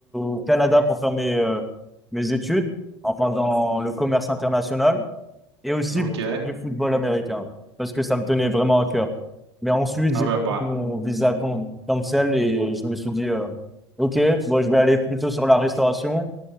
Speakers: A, in the centre; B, on the right.
A: au Canada pour faire mes, euh, mes études, enfin dans le commerce international. et aussi
B: OK.
A: pour faire du football américain, parce que ça me tenait vraiment à cœur. Mais ensuite,
B: Ah
A: j'ai
B: ouais,
A: pris
B: bah,
A: mon visa can- cancel et je me suis dit, euh, OK, bon, je vais aller plutôt sur la restauration